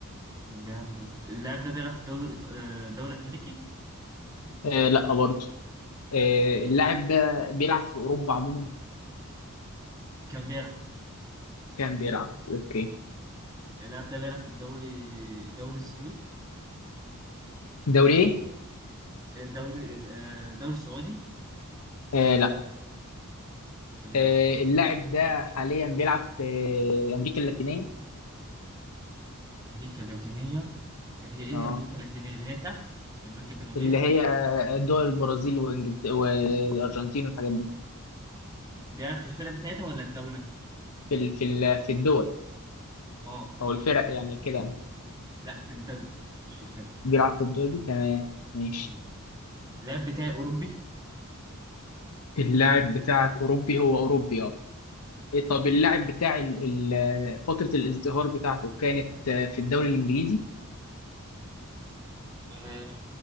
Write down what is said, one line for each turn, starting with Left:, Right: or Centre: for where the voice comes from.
Right: كان بيلعب في الدوري اللاعب ده بيلعب في الدوري الإيط- آه، الدوري الأمريكي
Left: آه، لا برضه آه،
Right: اوكي
Left: اللاعب ده بيلعب في اوروبا عموما
Right: كان بيلعب
Left: كان بيلعب اوكي
Right: اللاعب ده بيلعب في الدوري دوري الزيوت
Left: دوري ايه
Right: الدوري آه، الدوري السعودي
Left: آه، لا
Right: اوكي
Left: آه، اللاعب ده حاليا بيلعب في امريكا اللاتينيه
Right: أمريكا اللاتينية هي ايه
Left: اه
Right: امريكا اللاتينيه اللي هي تحت امريكا الجنوبيه
Left: اللي
Right: ولا
Left: هي دول البرازيل وانجلترا والارجنتين والحاجات دي
Right: بيلعب في الفرق بتاعتها ولا الدوله
Left: في ال- في ال- في الدول
Right: اه
Left: او الفرق يعني كده
Right: لا في الدول مش في الفرق
Left: بيلعب في الدوري تمام ماشي
Right: اه اللاعب بتاعي اوروبي
Left: اللاعب بتاعك أوروبي هو أوروبي اه إيه طب
Right: تمام
Left: اللاعب بتاع ال- ال- فترة الازدهار بتاعته كانت آه، في الدوري الإنجليزي
Right: آه،